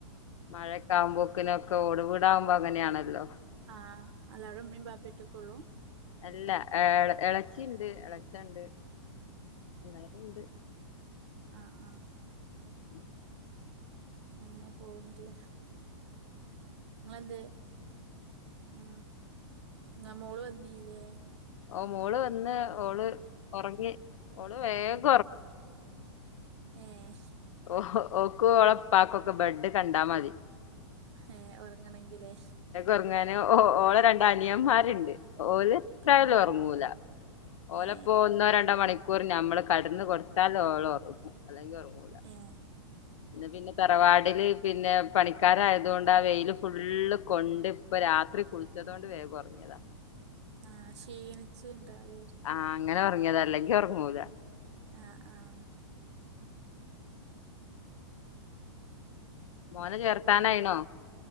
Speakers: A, on the left; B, on the right.
A: മഴൊക്കെ ആവുമ്പോക്കിനൊക്കെ ഓട് വിടാവുമ്പോങ്ങനെയാണല്ലോ
B: ആഹ് അല്ല അടെ ഉമ്മീൻ ബാപ്പറ്റൊക്കെ ഉള്ളൂ
A: അല്ല ഇളച്ചിയുണ്ട് ഇളച്ചുണ്ട് എല്ലാരും ഉണ്ട്
B: ആഹ് ആഹ്
A: ഉ
B: അങ്ങനെ പോവത്തില്ല നിങ്ങളെന്ത് ആഹ് ന്നാ മോള് വന്നീല്ലേ
A: ഓ മോള് വന്ന് ഓള് ഒറങ്ങി ഓള് വേഗ
B: ഏഹ്
A: ഓഹ് ഓക്കും ഓളെ ഉപ്പക്കൊക്കെ ബെഡ് കണ്ടാൽ മതി-
B: ഏഹ് ഒറങ്ങണെങ്കിലേ
A: ഒറങ്ങാന് ഓ ഓളെ രണ്ടനിയന്മാരുണ്ട് ഓല് എത്രാലും
B: ആ
A: ഒറങ്ങൂല ഓലപ്പോ
B: ഏ
A: ഒന്നോ രണ്ടോ മണി- ക്കൂറി നമ്മള് കെടന്ന് കൊടുത്താല് ഓള് ഒറങ്ങും അല്ലെങ്കിൽ ഉറങ്ങൂല
B: ഏഹ്
A: പിന്നെ പിന്നെ തറവാടില് പിന്നെ പണിക്കാരായതുകൊണ്ട് ആ വെയില് ഫുള്ള് കൊണ്ട് ഇപ്പ രാത്രി കുളിച്ചത് കൊണ്ട് വേഗം ഒറങ്ങിയതാ
B: ആഹ് ക്ഷീണിച്ചിണ്ടാവെ-
A: ആഹ് അങ്ങനെ ഒറങ്ങിയതാ അല്ലെങ്കി ഒറങ്ങൂല
B: ആഹ് ആഹ്
A: മോനെ ചേർത്താനായിണോ
B: ഏഹ്